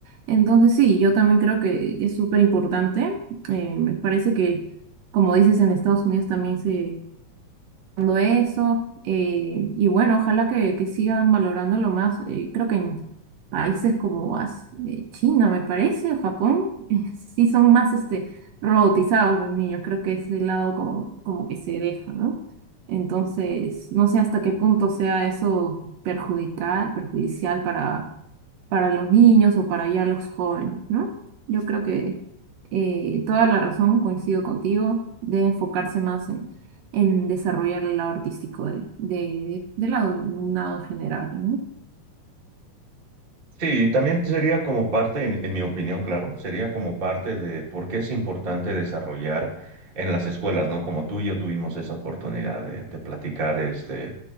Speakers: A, on the right (about 75°); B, on the right (about 25°).
A: Entonces sí, yo también creo que es súper importante. Eh, me parece que, como dices, en Estados Unidos también se, valorando eso. eh, y bueno, ojalá que, que sigan valorándolo más. eh, creo que en países como As- eh, China, me parece, o Japón, <laughs> eh, sí son más este, robotizados los niños. Creo que es el lado como, como que se deja, ¿no? Entonces, no sé hasta qué punto sea eso perjudicar, perjudicial para, para los niños o para ya los jóvenes, ¿no? Yo creo que eh, toda la razón, coincido contigo, de enfocarse más en desarrollar el lado artístico de, de, de- del lado alumnado en general, ¿no?
B: Sí, también sería como parte, en, en mi opinión, claro, sería como parte de por qué es importante desarrollar en las escuelas, ¿no? Como tú y yo tuvimos esa oportunidad de, de platicar este,